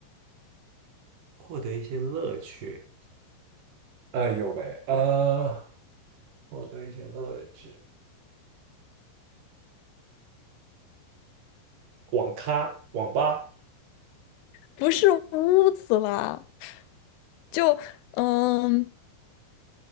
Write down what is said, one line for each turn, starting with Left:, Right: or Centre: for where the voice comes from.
Right: 获得一些乐趣。哎有呗，呃，获得一些乐趣。网咖、网吧，
Left: 不是屋子啦，就嗯，